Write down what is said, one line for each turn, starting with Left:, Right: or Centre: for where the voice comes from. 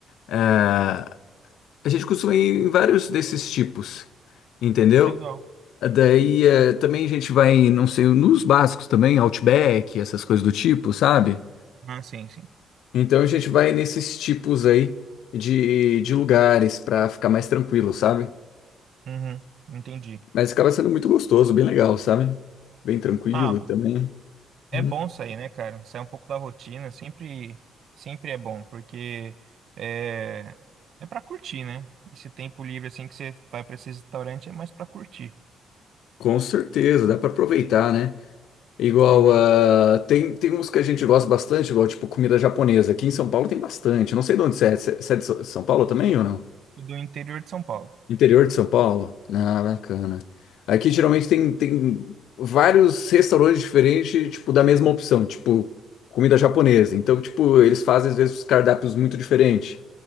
Left: ah, A gente costuma ir em vários desses tipos, entendeu?
Right: legal.
Left: Daí eh, também a gente vai, em, não sei, nos básicos também, Outback, essas coisas do tipo, sabe?
Right: Ah, sim, sim.
Left: Então a gente vai nesses tipos aí de, de lugares pra ficar mais tranquilo, sabe?
Right: Uhum, entendi.
Left: Mas acaba sendo muito gostoso, bem legal, sabe? Bem tranquilo
Right: Ah,
Left: também.
Right: é
Left: Hum,
Right: bom sair, né, cara? Sair um pouco da rotina, sempre, sempre é bom, porque é, é para curtir, né? Esse tempo livre assim que você vai para esse restaurante é mais para curtir.
Left: Com certeza, dá pra aproveitar, né? Igual,
Right: Uhum.
Left: ah, tem, tem uns que a gente gosta bastante, igual tipo comida japonesa. Aqui em São Paulo tem bastante. Não sei de onde você é. Você você é de São São Paulo também ou não?
Right: Do interior de São Paulo.
Left: Interior de São Paulo? Ah, bacana. Aqui geralmente tem, tem vários restaurantes diferentes, tipo, da mesma opção, tipo, comida japonesa. Então, tipo, eles fazem às vezes cardápios muito diferentes,